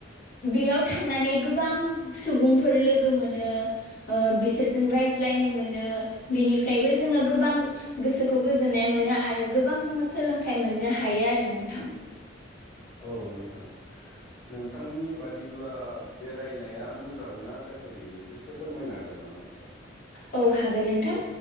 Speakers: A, on the left (about 50°); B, on the left (about 20°).
A: बियाव थांनानै गोबां सुबुंफोर लोगो मोनो, ओह बिसोरजों रायज्लायनो मोनो, बिनिफ्रायबो जोङो गोबां गोसोखौ गोजोननाय मोनो आरो गोबां जोङो सोलोंथाइ मोननो हायो आरो नोंथां।
B: औ नोंथां। नोंथांनि बादि ला बेरायनाया मोजां ना गाज्रि बेखौ एसे फोरमायनो हागोन नामा नोंथां?
A: ओउ हागोन नोंथां